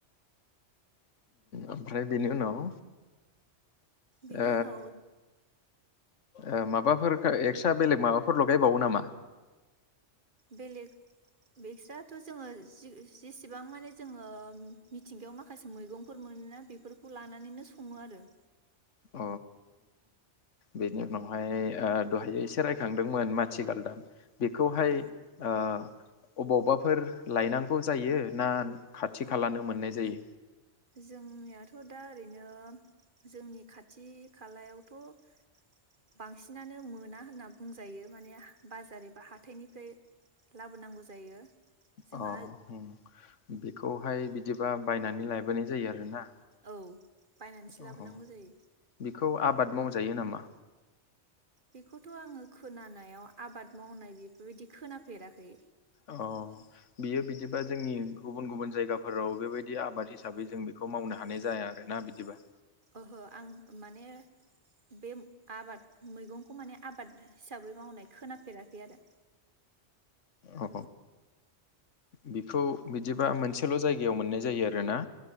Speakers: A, on the left; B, on the right.
A: ओमफ्राय बेनि उनाव।
B: बिनि
A: ओ
B: उनाव
A: ओ माबाफोर एक्सट्रा बेलेग माबाफोर लगायबावो नामा
B: बेलेग एक्स्राथ' जोङो जि जेसेबां माने जोङो मिथिंगायाव माखासे मैगंफोर मोनोना बेफोरखौ लानानैनो सङो आरो
A: अ बेनि उनावहाय दहाय एसे रायखांदोंमोन माथि गालदाब बेखौहाय
B: औ
A: ओ अबावबाफोर लायनांगौ जायो ना खाथि खालानो मोननाय जायो
B: जोंनियाथ' दा ओरैनो जोंनि खाथि खालायावथ' बांसिनानो मोना होनना बुंजायो माने बाजार एबा हाथाइनिफ्राय लाबोनांगौ जायो जोंहा
A: अ ओम। बेखौहाय बिदिबा बायनानै लाबोनाय जायो आरोना
B: औ बायनानैसो
A: अ
B: लाबोनांगौ जायो
A: बेखौ आबाद मावजायो नामा।
B: बेखौथ' आङो खोनानायाव आबाद मावनाय बेफोरबायदि खोनाफेराखै
A: अ। बियो बिदिबा जोंनि गुबुन-गुबुन जायगाफोराव बेबायदि आबाद हिसाबै जों बेखौ मावनो हानाय जाया आरोना बिदिबा
B: ओहो आं माने बे आबाद मैगंखौ माने आबाद हिसाबै मावनाय खोनाफेराखै आरो
A: अ बेखौ बिदिबा मोनसेल' जायगायाव मोननाय जायो आरोना।